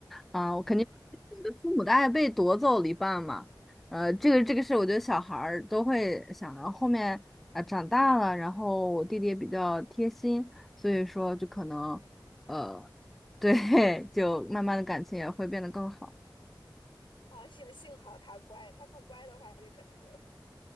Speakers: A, in the centre; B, on the left.
A: 啊，我肯定会觉得父母的爱被夺走了一半嘛。呃，这个这个是我觉得小孩儿都会想到后面啊、长大了，然后我弟弟也比较贴心。所以说就可能，呃，对，<laughs> 就慢慢的感情也会变得更好。
B: 哦，幸幸好他乖，他不乖的话就可能就